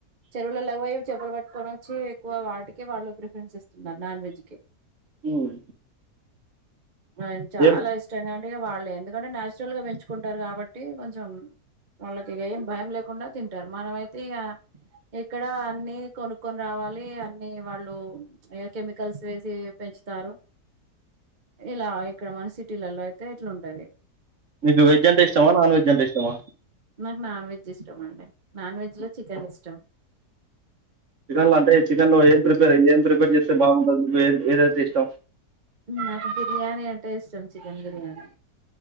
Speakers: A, on the right (about 35°); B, on the right (about 50°).
A: చెరువులలోబోయి చెపలు పట్టుకొని వచ్చి ఎక్కువ వాటికే వాళ్ళు ప్రిఫరెన్స్ ఇస్త్ నార్ నాన్ వెెజకే
B: హ్మ్.
A: బాయిన్ చాలా
B: ఏం
A: ఇష్టంగా డిగ వాళ్ళే ఎందుకంటే నచురల్ గా పెంచుకుంటారు. కాబట్టి కొంచెం వాళ్ళకి ఏం భయం లేకుండా తింటారు. మనమైతే ఇగ ఇక్కడ అన్ని కొనుక్కొని రావాలి అన్ని వాళ్ళు ఇ కెమికల్స్ వేసి పెంచుతారు. ఇలా ఇక్కడ మన సిటీలలో అయితే ఇట్లుంటది
B: మీకు వెజ్ అంటే ఇష్టమా నాన్ వెజ్ అంటే ఇష్టమా
A: నాక్ నాన్ వెజ్ ఇష్టం అండి. నాన్ వెజ్ లో చికెన్ ఇష్టం
B: చికెన్ లో అంటే చికెన్ లో ఏం ప్రిపేర్ ఏం ప్రిపేర్ చేస్తే బాగుంటది. మీకు ఏంది ఏదైతే ఇష్టం
A: నాకు బిర్యాణి అంటే ఇష్టం. చికెన్ బిర్యాణి